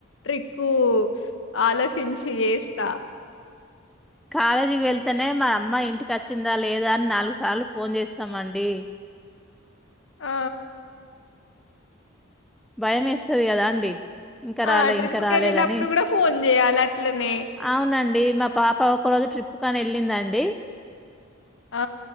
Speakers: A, on the left; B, in the centre.
A: ట్రిక్ ఆలోచించి చేస్తా
B: కాలేజీకి వెళ్తేనే మా అమ్మాయి ఇంటికి వచ్చిందా లేదా అని నాలుగు సార్లు ఫోన్ చేస్తామండి
A: ఆ
B: భయం వేస్తాది కదా అండి ఇంకా రాలేదు
A: ఆ! ట్రిప్‌కెళ్ళినప్పుడు
B: ఇంక రాలేదని
A: గూడా ఫోను జేయాలి అట్లనే.
B: అవునండి మా పాప ఒక రో తు చుట్ కొని వెళ్ళింది అండి
A: ఆ